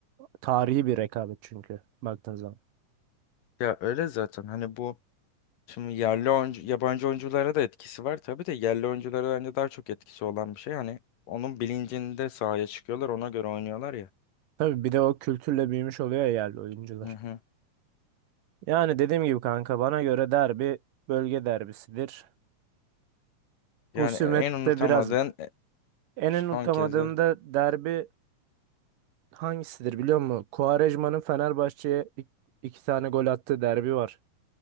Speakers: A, on the right; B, on the left.
A: Tarihi bir rekabet çünkü baktığın zaman.
B: Ya öyle zaten hani bu şimdi yerli oyuncu yabancı oyunculara da etkisi var tabii de yerli oyunculara bence daha çok etkisi olan bir şey. Hani onun bilincinde sahaya çıkıyorlar ona göre oynuyorlar ya.
A: Tabii bir de o kültürle büyümüş oluyor ya yerli oyuncular.
B: Hı hı.
A: Yani dediğim gibi kanka bana göre derbi bölge derbisidir.
B: Yani
A: Husumette
B: e, en unutamadığın
A: biraz
B: e,
A: en
B: son
A: unutamadığım
B: kezi
A: da derbi Hangisidir biliyor musun? Quaresma'nın Fenerbahçe'ye ik- iki tane gol attığı derbi var.